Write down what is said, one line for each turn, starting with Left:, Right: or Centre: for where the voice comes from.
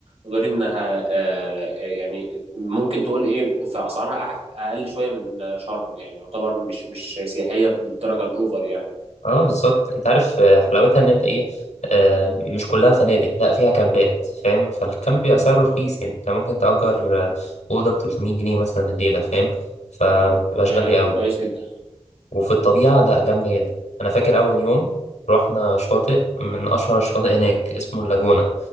Right: غير انها آه آه، يعني ممكن تقول ايه في اسعارها أح- اقل شويه من شرم يعني يعتبر مش مش سياحيه بالدرجه الاوفر يعني
Left: اه بالظبط انت عارف آه، حلاوتها ان انت ايه آه، مش كلها فنادق لا فيها كامبات فاهم فالكامب بيبقى سعره رخيص يعني انت ممكن تأجر آه، أوضة ب 300 جنيه مثلا الليلة فاهم فمبتبقاش
Right: آه
Left: غالية أوي
Right: كويس جدا
Left: وفي الطبيعة لا جامدة جدا أنا فاكر أول يوم رحنا شاطئ من أشهر الشواطئ هناك اسمه اللاجونة